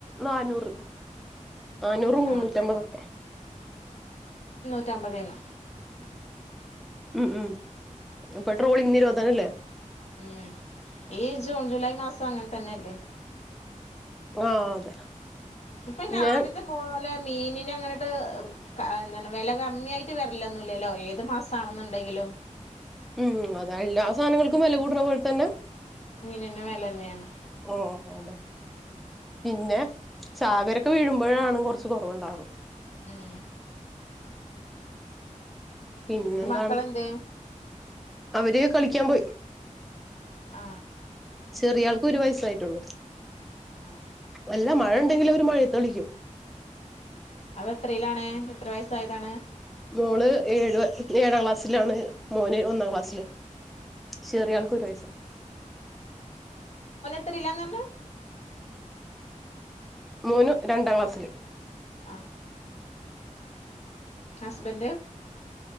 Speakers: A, in the centre; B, on the left (about 55°).
A: നാന്നൂറ് നാനൂറ് മുന്നൂറ്റി
B: ആഹ്
A: അമ്പതൊക്കെ
B: റ്റമ്പ തേനു
A: ഉം ഉം ഇപ്പൊ ട്രോളിങ് നിരോധനല്ലേ
B: ഉം ഈ ജൂൺ ജൂലൈ മാസം അങ്ങനെ തന്നെല്ലേ
A: ആ അതെ
B: ഇപ്പൊ ഇന്നെ
A: പിന്നെ
B: ആദ്യത്തെ മോലെ മീൻ പിന്ന അങ്ങനട്ട് എന്ത വില കമ്മിയ ആയിട്ട് വരന്ല്ലല്ലോ ഏത് മാസം ആണെന്നുണ്ടെങ്കിലും
A: ഉം അത എല്ലാ സാധനങ്ങൾക്കും വില കൂടണ പോലെ തന്നെ
B: മീന് ന് വെലന്നെണ്
A: ഓ അതെ പിന്നെ ചാവരൊക്കെ വീഴുമ്പോഴാണ് കൊർച്ച് കൊറവ്ണ്ടാവു
B: ഉം
A: പിന്നെന്താണ്
B: നിന്റെ മക്കളെന്തേ
A: അവര് കളിക്യാ പോയി
B: ആ
A: ചെറിയ ആൾക്ക് ഒരു വയസായിട്ടൊള്ളൂ
B: ആഹ്
A: നല്ല മഴണ്ടെങ്കില് മഴത്തളിക്കും
B: എത്രയ്ലാണ് എത്ര വയസ്സായതാണ്
A: മോള് ഏഴ് ഏഴാം ക്ലാസ്സിലാണ് മോന് ഒന്നാം ക്ലാസ്സിലും ചെറിയ ആൾക്ക് ഒരു വയസും
B: എത്രിലാന്നർഞ്ഞി
A: മോനു രണ്ടാം ക്ലാസ്സില്
B: ആ ഹസ്ബൻ്റ്